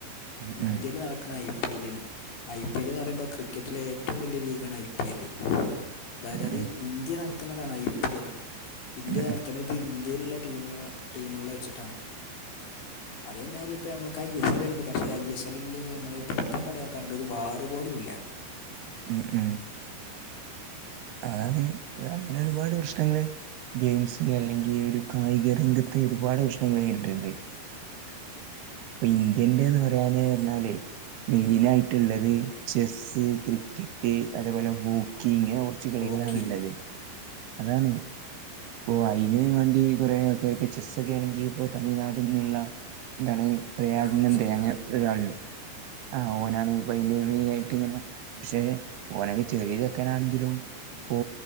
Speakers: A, on the right; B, on the left.
A: ഉം
B: ഇന്ത്യയിൽ
A: ഉം
B: നടക്ക്ണ ഐ ഐ പി എല്ലിന് ഐ പി എല്ല എന്ന് പറയുമ്പോൾ ക്രിക്കറ്റിലെ ഏറ്റവും വലിയ ലീഗാണ് ഐ പി എല്ല് അതായത്
A: ഉം ഉം
B: അത് ഇന്ത്യ നടത്തണതാണ് ഐ പി എൽ ഇന്ത്യ
A: ഉം
B: നടത്തുന്നത് ഇന്ത്യയിലുള്ള ടീമ ടീമുകളെ വെച്ചിട്ടാണ് അതേമാതിരി ഇപ്പ ന <unintelligible> ഐ എസ് എല്ല ഉണ്ട് പക്ഷേ ഐ എസ് എല്ലിൽ നമ്മൾ എപ്പോഴും കളിയാക്കാറുണ്ട് ഒരു വാറ് പോലുംല്ല
A: ഉം ഉം അതാണ് അങ്ങനെ ഒരുപാട് പ്രശ്നങ്ങള് ഗെയിംസ് അല്ലെങ്കി ഒരു കായിക രംഗത്ത് ഒരുപാട് പ്രശ്നങ്ങൾ നേരിട്ണ്ട്. ഇപ്പൊ ഇന്ത്യന്റെന്ന് പറയാന് പറഞ്ഞാല്. മെയിനായിട്ടുള്ളത് ചെസ്സ് ക്രിക്കറ്റ് അതേപോലെ ഹോക്കി ഇങ്ങനെ. കച്ച കളികളാണുള്ളത്
B: ഹോക്കി
A: അതാണ്. ഇപ്പൊ അയിന് വേണ്ടി കുറെേക്കെ ഇപ്പ ചെസ്സൊക്കെ ആണെങ്കി ഇപ്പോ തമിഴ്നാട് നിന്നുള്ള എന്താണ്. പ്രയാഗൻന്ത
B: ആ ചെറുക്കൻ
A: അങ്ങനെ
B: എന്താ
A: ഒരാളണ്ട് ആ ഓനാണ്പ്പ മെയിന
B: ഒരു
A: ആയിട്ട് ഇങ്ങനെ. പക്ഷെ ഓനെക്കെ ചെറിയ ചെക്കാനാണെങ്കിലും ഓ